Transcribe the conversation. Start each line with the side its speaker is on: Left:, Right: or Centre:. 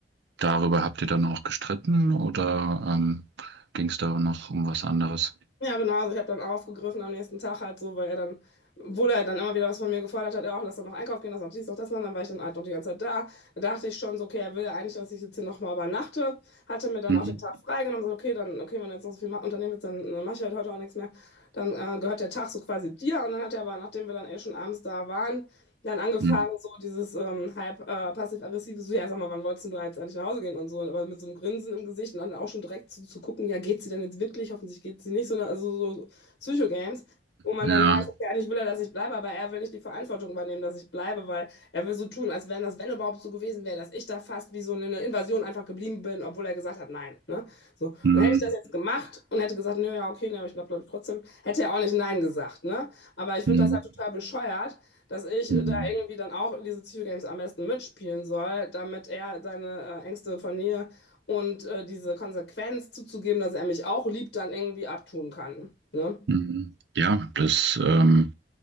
Right: darüber habt ihr dann auch gestritten oder ähm, ging es da noch um was anderes?
Left: Ja, genau. Also ich habe dann aufgegriffen am nächsten Tag halt so, weil er dann, obwohl er dann immer wieder was von mir gefordert hat, ja, auch lass doch noch einkaufen gehen, lass noch dies, noch das machen, dann war ich dann halt noch die ganze Zeit da. Da dachte ich schon so, okay, er will ja eigentlich, dass ich jetzt hier nochmal übernachte. Hatte mir dann
Right: Mhm.
Left: auch den Tag freigenommen, so, okay, dann, okay, wenn du jetzt noch so viel ma- unternehmen willst, dann äh, mach ich halt heute auch nichts mehr. Dann äh, gehört der Tag so quasi dir. Und dann hat er aber, nachdem wir dann eh schon abends da waren, dann angefangen,
Right: Mhm.
Left: so dieses ähm, halb äh, passiv-aggressive, so, ja, sag mal, wann wolltest denn du jetzt eigentlich nach Hause gehen und so, aber mit so einem Grinsen im Gesicht und dann auch schon direkt zu, zu gucken, ja, geht sie denn jetzt wirklich? Hoffentlich geht sie nicht, sondern also so so Psycho-Games, wo man
Right: Ja.
Left: dann weiß, okay, eigentlich will er, dass ich bleibe, aber er will nicht die Verantwortung übernehmen, dass ich bleibe, weil er will so tun, als wenn das, wenn überhaupt so gewesen wäre, dass ich da fast wie so eine Invasion einfach geblieben bin, obwohl er gesagt hat, nein, ne? So. Und
Right: Mhm.
Left: hätte ich das jetzt gemacht und hätte gesagt, nö, ja, okay, ne, aber ich bleib, glaube ich, trotzdem, hätte er auch nicht nein gesagt, ne? Aber ich finde
Right: Mhm.
Left: das halt total bescheuert dass ich da
Right: Mhm.
Left: irgendwie dann auch diese Psycho-Games am besten mitspielen soll, damit er seine äh, Ängste von mir und äh, diese Konsequenz zuzugeben, dass er mich auch liebt, dann irgendwie abtun kann. Ne?
Right: Mhm. Ja, das ähm,